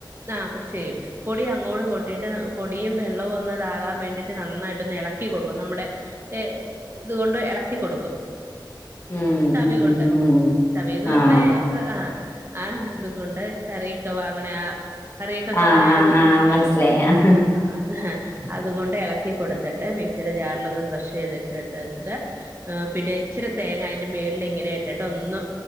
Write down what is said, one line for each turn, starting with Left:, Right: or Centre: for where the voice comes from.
Right: ആഹ് ക്രഷെയ്യും പൊടിയങ്ങോട് കൊട്ടിട്ട് പൊടിയും വെള്ളവും ഒന്നതാകാൻ വേണ്ടിട്ട് നന്നായിട്ടൊന്നെളക്കിക്കൊടുക്കും നമ്മുടെ ഏഹ് ഇതുകൊണ്ട് എളക്കികൊടുക്കും
Left: ഉം
Right: തവികൊണ്ട്
Left: ഉം ഉം
Right: തവിന്ന് പറഞ്ഞ
Left: ആഹ്
Right: ഇപ്പ ആ ആ അതുകൊണ്ട് കറിയൊക്കെ വാങ്ങണ ആ കറിയൊക്കെ കൊരണയത്ണ്ടല്ലേ
Left: ആഹ് ആഹ് ആഹ് മനസ്സിലായി ആഹ്
Right: ആ അത് അത്കൊണ്ടെള ക്കി കൊടുത്തിട്ട് മിക്സിടെ ജാറിലൊന്ന് ക്രഷെയ്തിട്ട്ട്ടിട്ട് ആ പിന്നെ ഇച്ചിര തേങ്ങ അയിന്റെ മേളിലിങ്ങനെയിട്ടിട്ട് ഒന്ന്